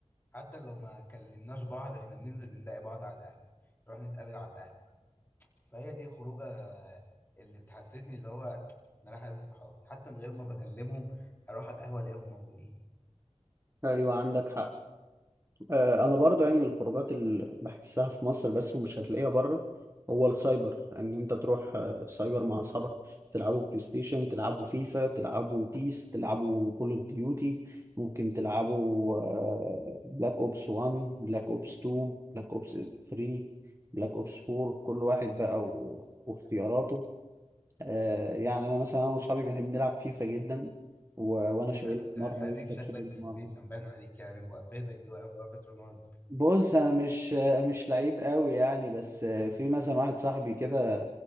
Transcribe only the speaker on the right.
ايوه عندك حق آه، انا برضه يعني من الخروجات اللي بحسها في مصر بس ومش هتلاقيها بره هو السايبر ان انت تروح آه، سايبر مع اصحابك تلعبوا بلاي ستيشن تلعبوا فيفا تلعبوا بيس تلعبوا كول اوف ديوتي ممكن تلعبوا آه، بلاك اوبس 1 بلاك اوبس 2 بلاك اوبس 3 بلاك اوبس 4 كل واحد بقى و... واختياراته آه، يعني انا مثلا انا واصحابي بنحب نلعب فيفا جدا و... وانا
شايل
مره
وانت
شايل
مره
بص انا مش مش لعيب قوي يعني بس في مثلا واحد صاحبي كده